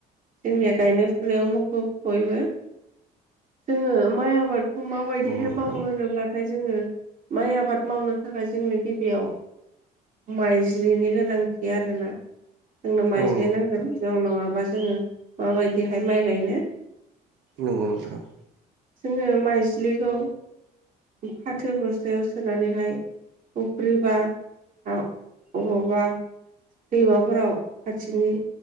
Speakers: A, on the right; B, on the right.
A: जोंनिया गायनाय फुनायाव मुखुब बयबो जोङो माइ आबाद माबायदिहाय
B: नंगौ नोंथां
A: मावो होनोब्लाथाय जोङो माइ आबाद मावनो थाखाय जोंनो गिबियाव माइज्लिनि गोनांथि आरोना जोंनो माइज्लि
B: औ नंगौ
A: नांगोन
B: नोंथां
A: जों नङाबा जोङो माबायदिहाय माइ गायनो
B: नंगौ नोंथां।
A: जोङो माइज्लिखौ फाथो बस्थायायाव सोनानै हाय अफ्रि बा औ अबावबा दैमाफोराव खाथिनि